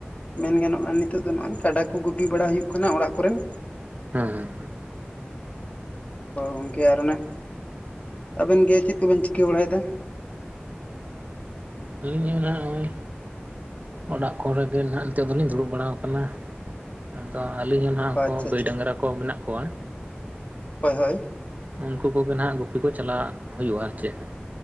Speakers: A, on the left; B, on the right.
A: ᱢᱮᱱ ᱜᱟᱱᱚᱜ-ᱟ ᱱᱤᱛᱚᱜ ᱫᱚ ᱱᱚᱜᱼᱚᱭ ᱠᱟᱰᱟ ᱠᱚ ᱜᱩᱯᱤ ᱵᱟᱲᱟ ᱦᱩᱭᱩᱜ ᱠᱟᱱᱟ ᱚᱲᱟᱜ ᱠᱚᱨᱮᱱ
B: ᱦᱮᱸ ᱦᱮᱸ
A: ᱦᱳᱭ ᱜᱚᱝᱠᱮ ᱟᱨ ᱚᱱᱮ ᱟᱵᱮᱱ ᱜᱮ ᱪᱮᱫ ᱠᱚᱵᱮᱱ ᱪᱤᱠᱟᱹ ᱵᱟᱲᱟᱭᱮᱫᱟ?
B: ᱟᱹᱞᱤᱧ ᱦᱚᱸᱜ ᱱᱚᱜ-ᱚᱭ ᱚᱲᱟᱜ ᱠᱚᱨᱮᱜᱮ ᱱᱟᱦᱟᱜ ᱱᱤᱛᱚᱜ ᱫᱚᱞᱤᱧ ᱫᱩᱲᱩᱵ ᱵᱟᱲᱟ ᱟᱠᱟᱱᱟ, ᱟᱫᱚ ᱟᱹᱞᱤᱧ ᱦᱚᱸ ᱱᱟᱦᱟᱜ ᱩᱱᱠᱩ
A: ᱟᱪᱪᱷᱟ
B: ᱜᱟᱹᱭ
A: ᱟᱪᱪᱷᱟ
B: ᱰᱟᱝᱨᱟ ᱠᱚ ᱠᱚ ᱢᱮᱱᱟᱜ ᱠᱚᱣᱟ ᱦᱮᱸ
A: ᱦᱳᱭ ᱦᱳᱭ
B: ᱩᱱᱠᱩ ᱠᱚᱜᱮ ᱱᱟᱦᱟᱜ ᱜᱩᱯᱤ ᱠᱚ ᱪᱟᱞᱞᱟᱜ ᱦᱩᱭᱩᱜᱼᱟ ᱟᱨ ᱪᱮᱫ